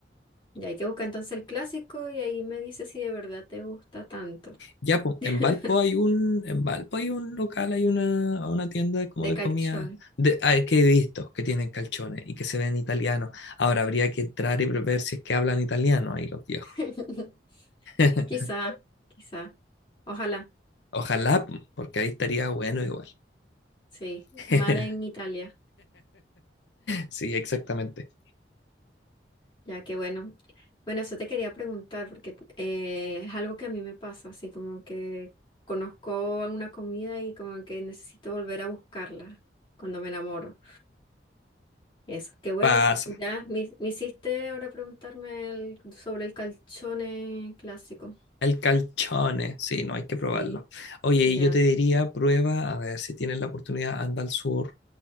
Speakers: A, on the left; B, on the left.
A: Ya hay que buscar entonces el clásico y ahí me dices si de verdad te gusta tanto.
B: Ya, pues,
A: <laughs>
B: en Valpo hay un, en Valpo hay un local, hay una, una tienda como
A: De
B: de
A: calzone.
B: comida, de, ah, que he visto que tienen calzones y que se ven italianos. Ahora habría que entrar y ver si es que hablan italiano ahí los viejos.
A: <laughs>
B: <laughs>
A: Quizá, quizá. Ojalá.
B: Ojalá, po, porque ahí estaría bueno igual.
A: Sí.
B: <laughs>
A: Made en Italia.
B: Sí, exactamente.
A: Ya, que bueno. Bueno, eso te quería preguntar porque eh, es algo que a mí me pasa, así como que conozco alguna comida y como que necesito volver a buscarla cuando me enamoro. Eso, qué bueno.
B: Pasa.
A: Ya, me, me hiciste ahora preguntarme el- sobre el calzone clásico.
B: El calzone, sí, no hay que
A: Sí,
B: probarlo. Oye,
A: ya.
B: y yo te diría, prueba, a ver si tienes la oportunidad, anda al sur